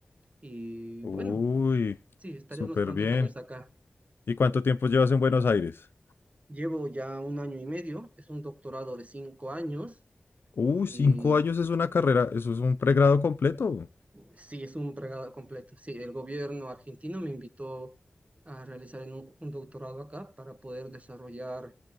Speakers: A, on the right (about 35°); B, on the left (about 70°).
A: y
B: Uy,
A: bueno, sí, estaré
B: súper
A: unos cuantos
B: bien.
A: años acá.
B: ¿Y cuánto tiempo llevas en Buenos Aires?
A: Llevo ya un año y medio, es un doctorado de cinco años.
B: Uh,
A: Y
B: cinco años es una carrera, eso es un pregrado completo.
A: Sí, es un regalo completo. Sí, el gobierno argentino me invitó a realizar en un, un doctorado acá para poder desarrollar,